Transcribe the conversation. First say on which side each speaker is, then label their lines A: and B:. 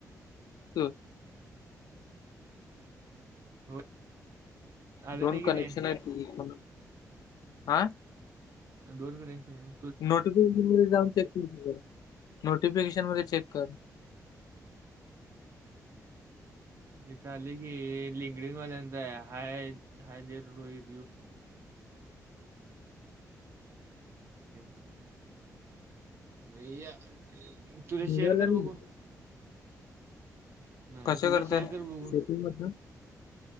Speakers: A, on the left; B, on the right.
A: <unintelligible>
B: हो आलं
A: दोन
B: नाही की
A: कनेक्शन
B: रे
A: आहेत. हा
B: दोन कनेक्शन आहे.
A: नोटिफिकेशन मध्ये जाऊन चेक कर. नोटिफिकेशन मध्ये चेक कर.
B: इथ आल की हे लिंगडींग वाल्यांच आहे. हाय हाय रोहित. <unintelligible> नाही या, तुझे शेअर
A: निघालं
B: कर
A: नाही
B: बघू. नाही
A: कसं
B: तुझे
A: करतात
B: शेअर कर बघू.
A: सेटिंग मधनं